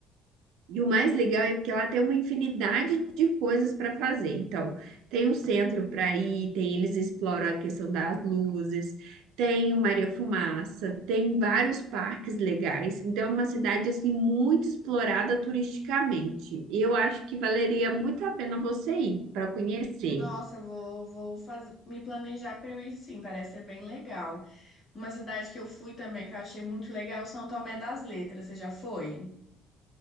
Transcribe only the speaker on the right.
E o mais legal é porque ela tem uma infinidade de coisas para fazer. Então, tem um centro para ir, tem eles exploram a questão das luzes, tem o Maria Fumaça, tem vários parques legais. Então, é uma cidade assim muito explorada turisticamente. Eu acho que valeria muito a pena você ir para conhecer.